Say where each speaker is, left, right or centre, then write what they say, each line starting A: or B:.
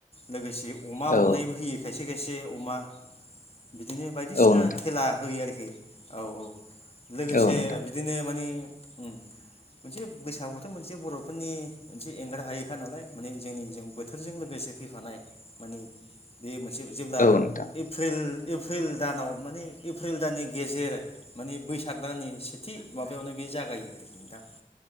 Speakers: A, on the left; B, on the left.
A: लोगोसे अमा
B: औ
A: हमनायबो होयो खायसे खायसे अमा। बिदिनो बायदिसिना
B: औ नोंथां
A: खेला होयो आरोखि। खि औ औ। एसे
B: औ नोंथां
A: बिदिनो मानि उम। मोनसे बैसागुआवथ' मोनसे बर'फोरनि मोनसे एंगार हायैखा नालाय माने जोंनि जों बोथोरजों लोगोसे फैफानाय मानि बे मोनसे जेब्ला
B: औ नोंथां
A: एप्रिल एप्रिल दानाव माने एप्रिल दाननि गेजेर माने बैसाग दाननि सेथि माबायावनो बे जागायो नोंथां।